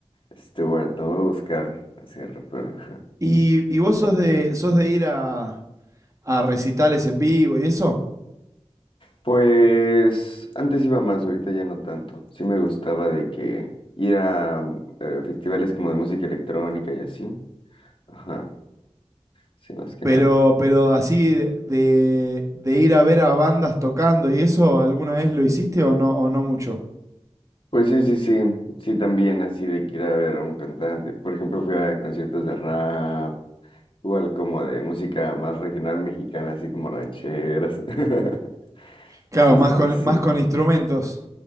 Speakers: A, on the left (about 50°); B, on the right (about 30°).
A: Stewart, lo voy a buscar hacia pero ajá,
B: Y, y vos
A: déjenme
B: sos de,
A: ver.
B: sos de ir a, a recitales en vivo y eso,
A: Pues antes iba más, ahorita ya no tanto. Sí me gustaba de que ir a eh, festivales como de música electrónica y así. Ajá, sí, más que
B: pero,
A: nada.
B: pero así de, de- de ir a ver a bandas tocando y eso, ¿alguna vez lo hiciste o no, o no mucho?
A: Pues sí, sí, sí, sí, también así de que ir a ver a un cantante. Por ejemplo, fui a conciertos de rap, igual como de música más regional mexicana, así como rancheras, <laughs>
B: Claro,
A: cosas
B: más con,
A: así.
B: más con instrumentos.